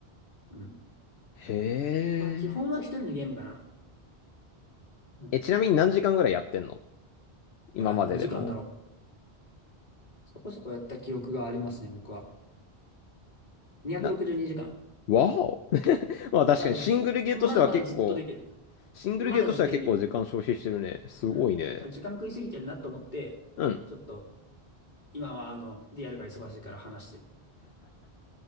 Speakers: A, on the left (about 45°); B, on the left (about 75°).
A: うん。
B: へえ。
A: まあ基本は一人のゲームかな。うん。
B: え、ちなみに何時間ぐらいやってんの
A: だ
B: 今まででも。
A: えー、何時間だろう。そこそこやった記憶がありますね、僕は。262時間。
B: な、わお。<laughs> まあ確かにシングルゲーとしては結構、
A: ただでもそ、まだまだずっとできる。
B: シングルゲーとしては結構時間消費してるね。
A: まだずっとできるよ。
B: すごいね。
A: うん。ただ時間食いすぎてるなと思って、
B: うん。
A: ちょっと、今はあの、リアルが忙しいから話してる。